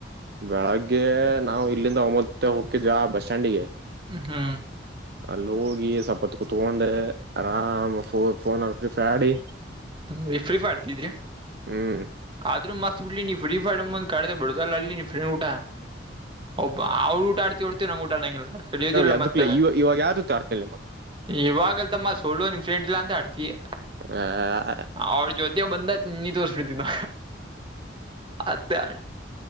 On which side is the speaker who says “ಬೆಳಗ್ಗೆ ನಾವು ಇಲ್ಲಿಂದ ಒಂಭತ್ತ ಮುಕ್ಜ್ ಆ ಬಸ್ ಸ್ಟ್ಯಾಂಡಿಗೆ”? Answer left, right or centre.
Right